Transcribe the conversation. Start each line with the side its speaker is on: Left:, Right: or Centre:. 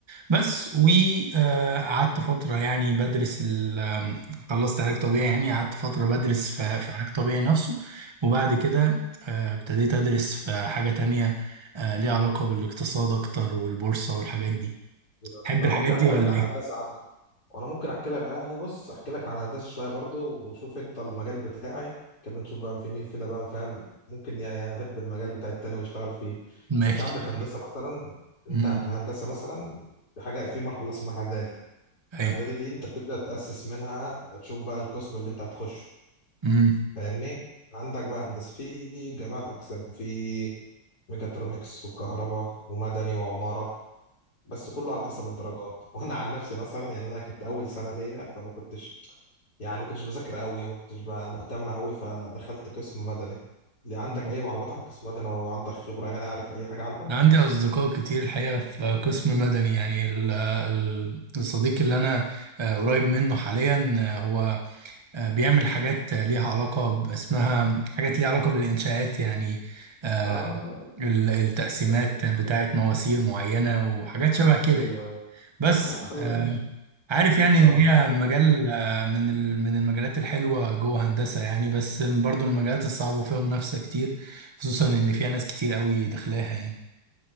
Right: بس وقعدت فترة يعني بدرس ال آه، خلصت علاج طبيعي يعني قعدت فترة بدرس في في علاج طبيعي نفسه وبعد كده آه، ابتديت ادرس في حاجة تانية آه، ليها علاقة بالاقتصاد اكتر والبورصة والحاجات دي
Left: أيوة، أنا
Right: تحب
Left: فممكن
Right: الحاجات مبروك
Left: احكي
Right: دي على
Left: لك
Right: ولا
Left: عن
Right: فكرة
Left: هندسه
Right: ايه
Left: عندك وانا ممكن احكي لك يعني بص احكي لك عن هندسه شويه برضو وشوف انت المجال بتاعي كده نشوف بقى في مين فينا بقى فاهم ممكن يحب المجال بتاع التاني ويشتغل فيه يعني
Right: ماشي
Left: انت عندك
Right: أكيد.
Left: هندسه مثلا انت
Right: امم
Left: كهندسه مثلا في حاجه في مرحله اسمها اعدادي
Right: ايوه
Left: اعدادي دي انت بتبدا تاسس منها تشوف بقى القسم اللي انت هتخشه
Right: امم
Left: فاهمني عندك بقى هندسه في جميع الاقسام في ميجاترونكس وكهرباء ومدني وعماره بس كله على حسب الدرجات <laughs> وانا عن نفسي مثلا يعني انا كنت اول سنه ليا فما كنتش يعني ما كنتش بذاكر قوي ما كنتش بقى مهتم قوي فدخلت قسم مدني اللي عندك
Right: امم
Left: اي معلومات عن قسم مدني او عندك خبره يعني عارف اي حاجه عنه
Right: أنا عندي أصدقاء كتير الحقيقة في قسم مدني يعني ال- ال- الصديق اللي أنا آه، قريب منه حاليا آه، هو آه، بيعمل حاجات آه، ليها علاقة ب- اسمها حاجات ليها علاقة بالإنشاءات يعني آه،
Left: اه
Right: ال- التقسيمات
Left: خل-
Right: بتاعت
Left: خل-
Right: مواسير معينة وحاجات شبه كده
Left: ايوه ايوه
Right: بس
Left: أنا خلاص
Right: آه،
Left: يا باشا.
Right: عارف يعني
Left: صب
Right: إن هي مجال آه، من ال- من المجالات الحلوة جوه هندسة يعني بس برضو من المجالات الصعبة وفيها منافسة كتير خصوصا إن فيها ناس كتير قوي داخلاها يعني